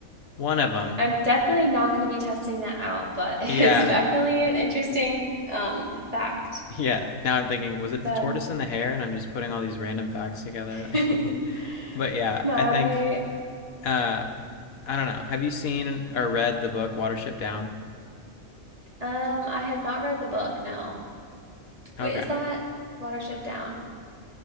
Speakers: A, on the left; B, on the right.
A: one of them
B: I'm definitely not going to be testing that out, but <laughs> it's
A: yeah
B: definitely an interesting um, fact.
A: Yeah, now I'm thinking, was it
B: But
A: the tortoise and the hare? And I'm just putting all these random facts together.
B: <laughs>
A: <laughs> But yeah,
B: my,
A: I think uh I don't know. Have you seen or read the book Watership Down?
B: um, I have not read the book. No, wait,
A: Okay.
B: is that Watership Down?